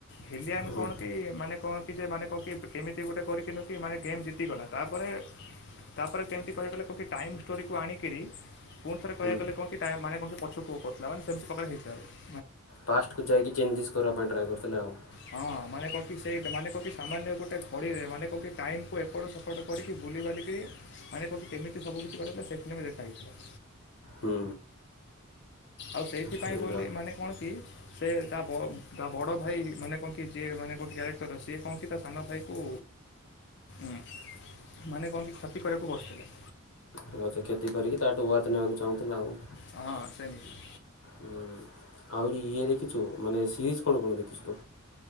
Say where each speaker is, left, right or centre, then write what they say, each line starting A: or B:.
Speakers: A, on the left; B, on the left.
A: ଭିଲିଆନ
B: ହୁଁ
A: କଣ କି ମାନେ କଣ କି ଯେ ମାନେ କଣ କି <unintelligible> ଏମିତି ଗୋଟେ କରିକିନୁ କି ମାନେ ଗେମ୍ ଜିତିଗଲା ତାପରେ ତାପରେ କେମିତି କହିବାକୁ ଗଲେ <unintelligible> ଟାଇମ୍ ଷ୍ଟୋରିକୁ ଆଣିକରି ପୁଣି ଥରେ କହିବାକୁ
B: ହୁଁ
A: ଗଲେ କଣ କି ଟାଏମ ମାନେ <unintelligible> ପଛକୁ କହୁଥିଲାବାନ ସେମତି <unintelligible> ହେଇନି। ସରେ
B: ପାଷ୍ଟକୁ ଯାଇକି ଚେଞ୍ଜେସ୍ କରିବା ପାଇଁ ଟ୍ରାଏ କରୁଥିଲେ ଆଉ।
A: ହଁ ମାନେ କହକି ସେ ମାନେ କହକି ସାମାନ୍ୟ ଗୋଟେ ଘଡ଼ିରେ ମାନେ କହକି ଟାଇମ୍ କୁ ଏପଟ ସେପଟ କରିକି ବୁଲିିବାଲିକିରି ମାନେ କହୁକି କେମିତି ସବୁ କିଛି କରିଥିଲା ସେଥିନି ଦେଖା ହେଇଥିଲା।
B: ହୁଁ।
A: ଆଉ ସେଇଥିପାଇଁ
B: ସେଇଟା
A: ବୋଲି ମାନେ କଣ କି ସେ ତା ବ ତା ବଡ଼ ଭାଇ ମାନେ କଣ କି ଯିଏ ମାନେ କହନ୍ତି କ୍ୟାରେକ୍ଟର, ସିଏ କଣ କି ତା ସାନ ଭାଇକୁ ଉମ୍ ମାନେ କଣ କି କ୍ଷତି କରିବାକୁ ବସିଥିଲେ।
B: ହଉତ କ୍ଷତି କରିକି ତାଠୁ ୱାଚ ନେବାକୁ ଚାହୁଁଥିଲା ଆଉ।
A: ହଁ ସେମିତି।
B: ହଁ ଆହୁରି ଇଏ ଦେଖିଛୁ ମାନେ ସିରିଜ୍ କ'ଣ କ'ଣ ଦେଖିଛୁ ତୁ